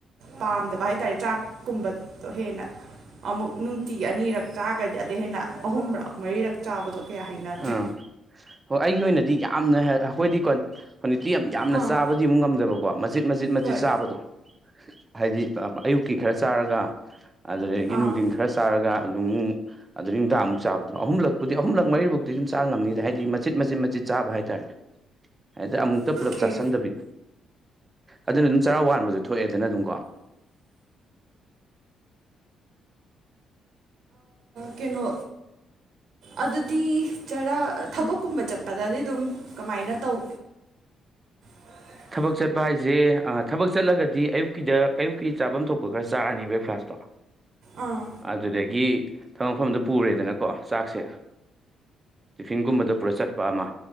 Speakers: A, on the right; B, on the right.
A: ꯄꯥꯝꯗꯕ ꯍꯥꯏꯇꯥꯔꯦ ꯆꯥꯛꯀꯨꯝꯕꯗꯣ ꯍꯦꯟꯅ ꯑꯃꯨꯛ ꯅꯨꯡꯇꯤꯒꯤ ꯑꯅꯤꯔꯛ ꯆꯥꯔꯒꯗꯤ ꯑꯗ ꯍꯦꯟꯅ ꯑꯍꯨꯝꯔꯛ ꯃꯔꯤꯔꯛ ꯆꯥꯕꯗꯣ ꯀꯌꯥ ꯍꯩꯅꯗ꯭ꯔꯦ
B: ꯑꯥ ꯍꯣꯏ ꯑꯩꯒꯤ ꯑꯣꯏꯅꯗꯤ ꯌꯥꯝꯅ ꯑꯩꯈꯣꯏꯗꯤ ꯀꯣꯟ ꯍꯧꯖꯤꯛꯇꯤ ꯌꯥꯝ ꯌꯥꯝꯅ
A: ꯑꯥ
B: ꯆꯥꯕꯗꯤ ꯑꯃꯨꯛ ꯉꯝꯗꯕꯀꯣ ꯃꯆꯖꯤꯠ ꯃꯆꯤꯠ ꯃꯆꯤꯠ
A: ꯍꯣꯏ
B: ꯆꯥꯕꯗꯣ ꯍꯥꯏꯗꯤ ꯑꯌꯨꯛꯀꯤ ꯈꯔ ꯆꯥꯔꯒ ꯑꯗꯨꯗꯒꯤ
A: ꯑꯥ
B: ꯅꯨꯡꯊꯤꯟ ꯈꯔ ꯆꯥꯔꯒ ꯑꯗꯨꯝ ꯑꯗꯩ ꯅꯨꯡꯗꯥꯡꯃꯨꯛ ꯆꯥꯕꯗꯨꯅ ꯑꯍꯨꯝꯂꯛꯄꯨꯗꯤ ꯑꯍꯨꯝꯂꯛ ꯃꯐꯨ ꯇꯨꯤ ꯑꯗꯨꯝ ꯆ ꯉꯝꯅꯤꯗ ꯍꯥꯏꯗꯤ ꯃꯆꯤꯦꯠ ꯃꯆꯦꯠ ꯃꯆꯦꯠ ꯆꯥꯕ ꯍꯥꯏꯇꯥꯔꯦ ꯍꯥꯏꯗꯤ ꯑꯃꯨꯛꯇ
A: ꯑꯣꯀꯦ
B: ꯄꯨꯜꯂꯞ ꯆꯥꯥꯁꯟꯗꯕꯤ ꯑꯗꯨꯅ ꯑꯗꯨꯝ ꯆꯔꯥ ꯋꯥꯟꯥꯟꯕꯁꯨ ꯊꯣꯛꯑꯦꯗꯅ ꯑꯗꯨꯝ ꯀꯣ
A: ꯀꯩꯅꯣ ꯑꯗꯨꯗꯤ ꯆꯔꯥ ꯊꯕꯛꯀꯨꯝꯕ ꯆꯠꯄꯗꯗꯤ ꯑꯗꯨꯝ ꯀꯃꯥꯏꯅ ꯇꯧ ꯍ <inaudible>
B: ꯊꯕꯛ ꯆꯠꯄ ꯍꯥꯏꯁꯦ ꯊꯕꯛ ꯆꯠꯂꯒꯗꯤ ꯑꯌꯨꯛꯀꯤꯗ ꯑꯌꯨꯛꯀꯤ ꯆꯥꯐꯝ ꯊꯣꯛꯄ ꯈꯔ ꯆꯥꯔꯅꯤ ꯕ꯭ꯔꯦꯛꯐꯥꯁꯇꯣ
A: ꯑꯥ
B: ꯑꯗꯨꯗꯒꯤ ꯊꯕꯛꯐꯝꯗ ꯄꯨꯔꯦꯗꯅꯀꯣ ꯆꯥꯛꯁꯦ ꯇꯤꯐꯤꯟꯒꯨꯝꯕꯗ ꯄꯨꯔꯥ ꯆꯠꯄ ꯑꯃ